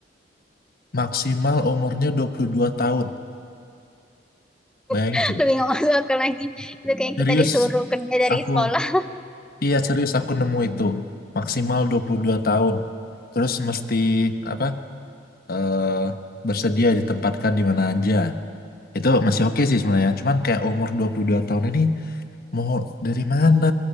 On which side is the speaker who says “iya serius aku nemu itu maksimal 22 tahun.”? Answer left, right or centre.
Left